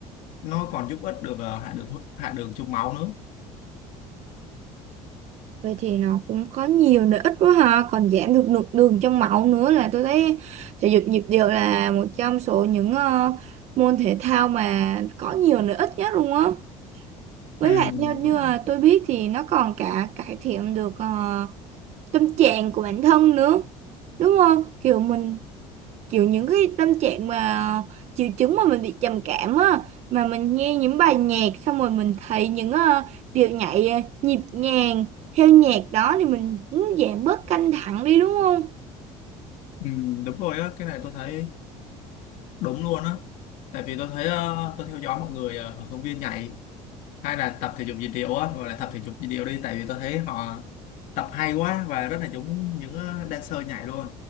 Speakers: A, on the left (about 70°); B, on the right (about 55°).
A: nó còn giúp ích được ờ, hạ đường thu- hạ đường trong máu nữa
B: Vậy thì nó cũng có nhiều lợi ích quá ha, còn giảm được lượng đường trong máu nữa là tôi thấy thể dục nhịp điệu là một trong số những ờ, môn thể thao mà có nhiều lợi ích nhất luôn á. Với
A: ừ,
B: lại theo như
A: đúng,
B: là tôi biết thì nó còn cả cải thiện được ờ, tâm trạng của bản thân nữa. Đúng không? Kiểu mình kiểu những cái tâm trạng mà triệu chứng mà mình bị trầm cảm á mà mình nghe những bài nhạc xong rồi mình thấy những ờ, điệu nhảy ờ, nhịp nhàng theo nhạc đó thì mình cũng giảm bớt căng thẳng đi đúng không?
A: ừ, đúng rồi á cái này tôi thấy đúng luôn á tại vì tôi thấy ờ, tôi theo dõi mọi người ờ, ở công viên nhảy hay là tập thể dục dị điệu á gọi là tập thể dục dị điệu đi tại vì tôi thấy họ tập hay quá và rất là giống những ờ, dancer nhảy luôn